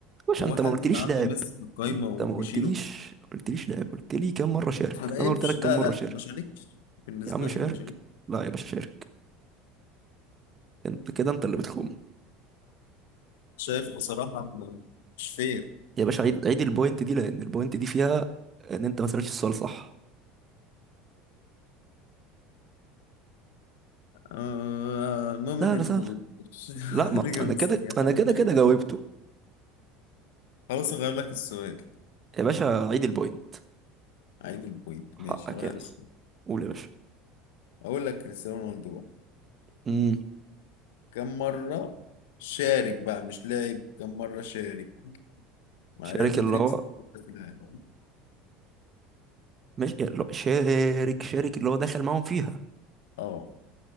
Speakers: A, on the right; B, on the left.
A: باشا
B: هو
A: أنت
B: حد
A: ما قلتليش
B: يبقى عنده
A: لاعب
B: ميسي في القايمة
A: أنت
B: ويشيله
A: ما قلتليش قلتليش لاعب قلت لي كم مرة شارك
B: ما لعبش
A: أنا قلت لك
B: لا
A: كم مرة
B: لا
A: شارك
B: ما شاركش بالنسبة
A: يا عم شارك
B: لي ما شاركش
A: لا يا باشا شارك انت كده انت اللي بتخم
B: شايف بصراحة مش فير
A: يا باشا عيد عيد البوينت دي لان البوينت دي فيها ان انت ما سالتش السؤال صح
B: آه المهم
A: سهلة
B: إن أنت
A: سهلة
B: ما جاوبتش <laughs>
A: لا ما
B: الإجابة
A: انا
B: الصحيحة
A: كده انا
B: ولا
A: كده
B: أنا
A: كده
B: عادي
A: جاوبته
B: خلاص أغير لك السؤال
A: يا باشا عيد البوينت
B: عيب البوينت
A: حقك
B: ماشي أغير
A: يعني
B: السؤال
A: قول يا باشا
B: أقول لك كريستيانو رونالدو بقى
A: امم
B: كم مرة شارك بقى مش لاعب كم مرة شارك مع
A: شارك
B: ريال مدريد
A: اللي هو
B: ستة في العالم
A: مش اللي هو- شارك شارك اللي هو دخل معاهم فيها
B: اه